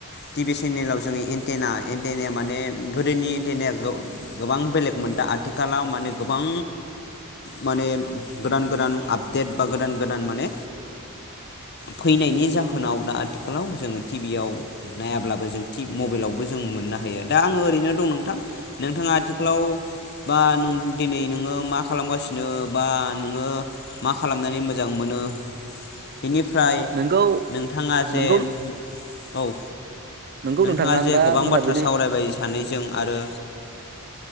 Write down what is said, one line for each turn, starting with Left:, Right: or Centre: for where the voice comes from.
Left: टि-भि सेनेलाव जोङो एन्टेना एन्टेनाया माने गोदोनि एन्टेनाया गो-गोबां बेलेगमोन दा आथिखालाव माने गोबां माने गोदान गोदान आपडेट बा गोदान गोदान माने फैनायनि जाहोनाव दा आथिखालाव जोङो टिभियाव नायाब्लाबो जों मबाइलावबो जों मोननो हायो दा आङो ओरैनो दं नोंथां नोंथाङा आथिखालाव बा नों दिनै नोङो मा खालामगासिनो बा नोङो मा खालामनानै मो मोजां मोनो। बेनिफ्राय
Right: नोंगौ
Left: नोंथाङा जे
Right: नोंगौ
Left: औ।
Right: नोंगौ
Left: नोंथाङा
Right: नोंथां आं
Left: जे
Right: दा
Left: गोबां
Right: मोनाबिलि
Left: बाथ्रा सावरायबाय सानै जों आरो।